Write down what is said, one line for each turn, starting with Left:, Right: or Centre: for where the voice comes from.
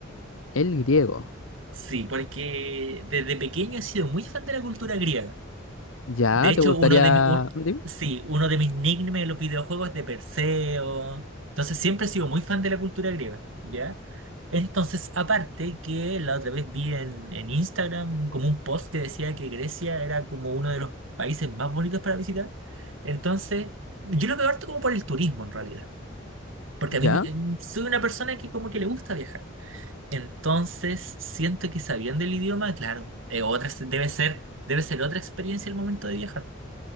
Left: El griego.
Right: Sí, porque desde pequeño he sido muy fan de la cultura griega.
Left: Ya,
Right: De hecho,
Left: ¿te gustaría?
Right: uno de mi- un-
Left: Dime.
Right: sí, uno de mis nicknames en los videojuegos es de Perseo. Entonces siempre he sido muy fan de la cultura griega, ¿ya? Entonces, aparte que la otra vez vi en, en Instagram como un post que decía que Grecia era como uno de los países más bonitos para visitar. Entonces, yo lo veo harto como por el turismo en realidad. Porque a mí
Left: Ya.
Right: me- soy una persona que como que le gusta viajar. Entonces, siento que sabiendo el idioma, claro, eh, otra, se- debe ser, debe ser otra experiencia el momento de viajar.